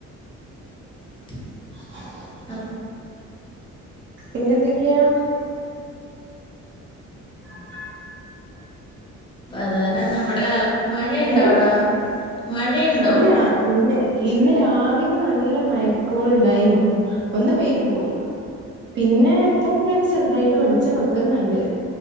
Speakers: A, on the left; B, on the right.
A: <inaudible>
B: <inaudible>
A: അപ്
B: പിന്നെ എന്തൊക്കെയാ <inaudible>
A: പ്രധാന നമ്മുടെ <unintelligible> മഴയുണ്ടാ
B: ഏ
A: അവിടാ മഴയുണ്ടോ
B: ഇല്ല ഇന്ന് ഇന്ന് രാവിലെ നല്ല മഴക്കോൾ ഇണ്ടായിനു ഒന്ന് പെയ്തു പോയി പിന്നെ ഇപ്പം ഇങ്ങനെ ചെറുതായിട്ട് വെളിച്ചം വെക്കുന്നുണ്ട്